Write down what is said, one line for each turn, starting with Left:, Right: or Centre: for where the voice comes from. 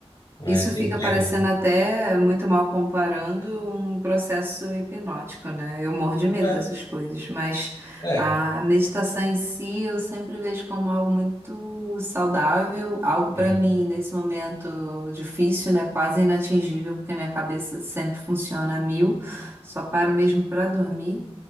Left: né?
Right: Isso
Left: Sem
Right: fica
Left: tema.
Right: parecendo até muito mal comparando um processo hipnótico, né? Eu morro de medo
Left: É,
Right: dessas coisas, mas
Left: é.
Right: a meditação em si eu sempre vejo como algo muito saudável, algo
Left: Sim.
Right: para mim nesse momento difícil, né? Quase inatingível, porque minha cabeça sempre funciona a mil, só paro mesmo para dormir.